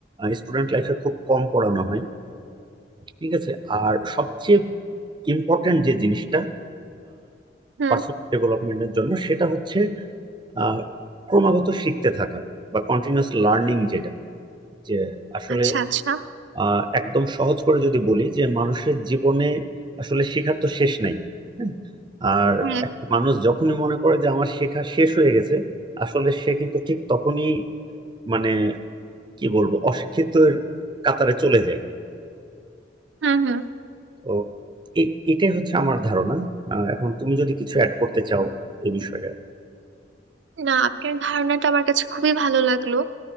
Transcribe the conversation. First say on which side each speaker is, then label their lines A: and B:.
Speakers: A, on the right; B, on the right.
A: স্টুডেন্ট লাইফে খুব কম পড়ানো হয় ঠিক আছে আর সবচেয়ে ইম্পর্টেন্ট যে জিনিসটা
B: হুম
A: পার্সোনাল ডেভেলপমেন্টের জন্য সেটা হচ্ছে আহ, ক্রমাগত শিখতে থাকা বা কন্টিনিউয়াস লার্নিং যেটা যে আসলে
B: আচ্ছা আচ্ছা
A: আহ একদম সহজ করে যদি বলি যে মানুষের জীবনে আসলে শেখার তো শেষ নাই হ্যাঁ, আর
B: হ্যাঁ
A: একটা মানুষ যখনই মনে করে যে আমার শেখা শেষ হয়ে গেছে আসলে সে কিন্তু ঠিক তখনই মানে কি বলবো অশিক্ষিতের কাতারে চলে যায়
B: হুম হুম
A: তো এ- এটাই হচ্ছে আমার ধারণা আহ, এখন তুমি যদি কিছু অ্যাড করতে চাও এই বিষয়ে
B: না আপনার ধারণাটা আমার কাছে খুবই ভালো লাগলো